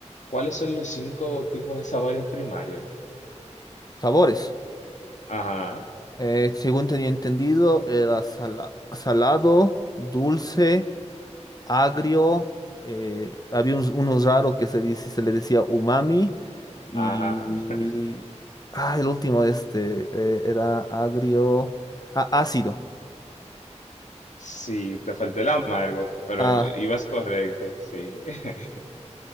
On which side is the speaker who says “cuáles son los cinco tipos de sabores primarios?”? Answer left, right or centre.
Left